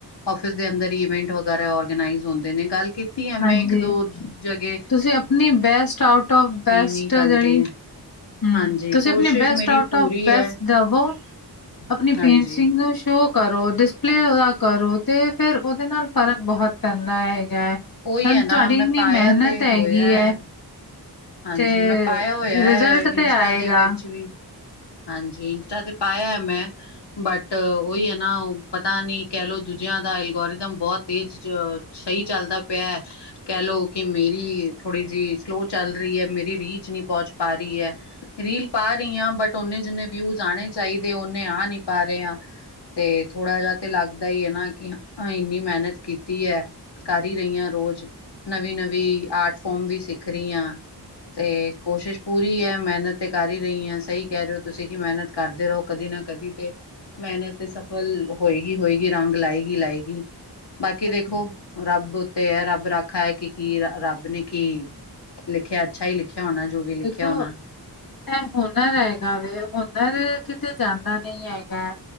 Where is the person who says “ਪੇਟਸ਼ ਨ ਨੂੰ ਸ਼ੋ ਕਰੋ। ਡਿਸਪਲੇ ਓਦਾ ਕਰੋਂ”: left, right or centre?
Left